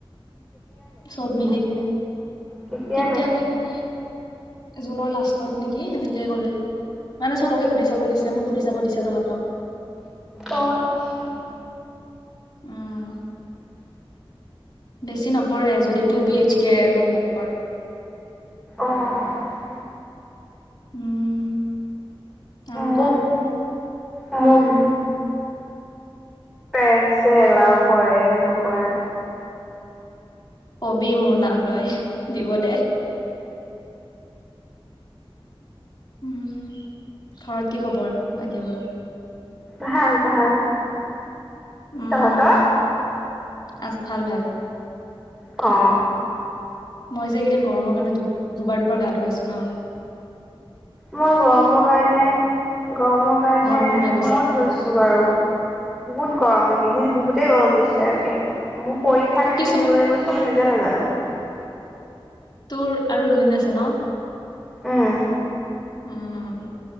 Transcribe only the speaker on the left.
চব মিলি কিনে
কেতিয়ালে
মানে জুনৰ লাষ্টত নেকি সেনেকে কলে মানে চবকে সুধি চাব দিছে মোক সুধি চাব দিছে তহঁতক ৷
উম বেছি নপৰে যদি two B H K room book কৰে ৷
উম আৰু
ক
কবি মোৰ নাম লয় দিব দে উম ঘৰত কি খবৰ বাকীবোৰৰ?
উম
আছ ভাল-ভাল ৷
মই যে এইকেইদিন গৰমৰ কাৰণে দু দুবাৰ - দুবাৰ গা ধুই আছোঁ ন?
গৰম সোমাই গৈছে
উম,
কিছুমান
তোৰ আৰু দুদিন আছে ন
উ